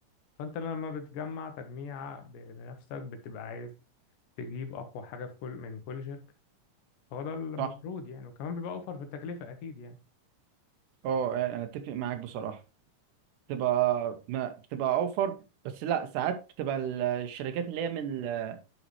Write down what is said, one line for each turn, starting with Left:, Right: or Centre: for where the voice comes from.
Left: فانت لما بتجمع تجميع بنفسك بتبقى عايز تجيب اقوى حاجة في كل من كل شركة هو ده المفروض
Right: صح
Left: يعني وكمان بيبقى اوفر في التكلفة اكيد يعني
Right: اه انا اتفق معاك بصراحه بتبقى ما بتبقى اوفر بس لا ساعات بتبقى ال- الشركات اللي هي من ال-